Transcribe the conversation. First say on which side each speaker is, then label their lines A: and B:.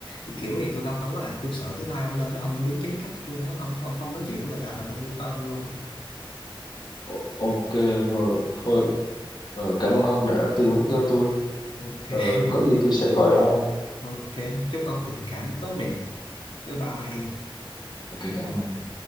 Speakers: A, on the left (about 70°); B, on the left (about 55°).
A: tôi kiểu gì tôi lo không à tôi sợ thứ hai ông lên đó ông đứng chết cắt luôn á ông ông không nói chuyện với người ta là con như con luôn
B: O- ok rồi thôi ờ, cảm ơn ông đã tư vấn cho tôi
A: ok
B: ờ,
A: <laughs>
B: có gì tôi sẽ gọi ông
A: ok chúc ông tình cảm tốt đẹp bye bye
B: ok cảm ơn